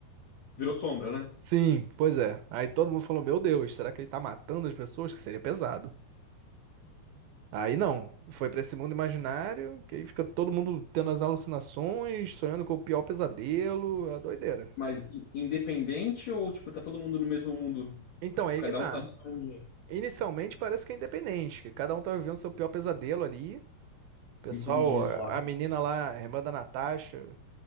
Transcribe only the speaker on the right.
Sim, pois é. Aí todo mundo falou: Meu Deus, será que ele tá matando as pessoas? Que seria pesado. Aí não, foi pra esse mundo imaginário, que aí fica todo mundo tendo as alucinações, sonhando com o pior pesadelo, a doideira.
Então,
aí
que tá.
Inicialmente parece que é independente, que cada um tá vivendo seu pior pesadelo ali. Pessoal,
a a menina lá, a irmã da Natasha,